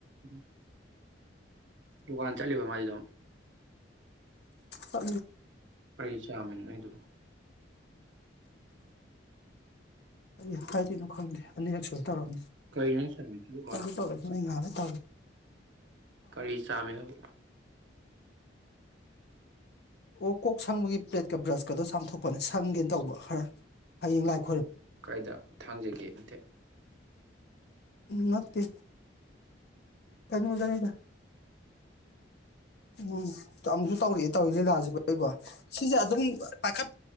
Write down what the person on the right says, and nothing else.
ꯎꯝ ꯇꯗꯨꯀꯥꯟ ꯆꯂꯤꯕ ꯃꯥꯖꯤꯗꯝ
ꯀꯩ ꯆꯃꯤꯅꯣ ꯅꯪ ꯒꯤꯗꯣ
ꯀꯔꯤꯅꯣ ꯅꯪ ꯆꯥꯃꯤꯟ ꯇꯔꯨꯛ ꯂꯣꯏꯗꯣ
ꯀꯔꯤ ꯆꯥꯃꯤꯅꯕ
ꯀꯥꯏꯗ ꯊꯥꯡꯖꯒꯦ ꯅꯇꯦ